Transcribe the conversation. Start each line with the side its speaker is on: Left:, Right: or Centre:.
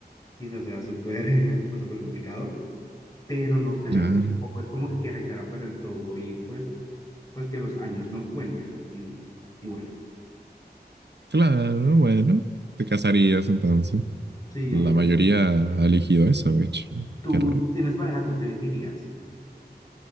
Left: Quizás sea súper, <laughs> pues súper complicado, pero no sé,
Right: Claro,
Left: tampoco es como que quiera echar a perder todo y pues, pues que los años no cuenten. Y, y bueno,
Right: claro, bueno. Te casarías entonces.
Left: sí, yo
Right: La
Left: me caso.
Right: mayoría ha elegido eso, de hecho.
Left: ¿Tú,
Right: Qué raro.
Left: tú tienes pareja, tú qué elegirías?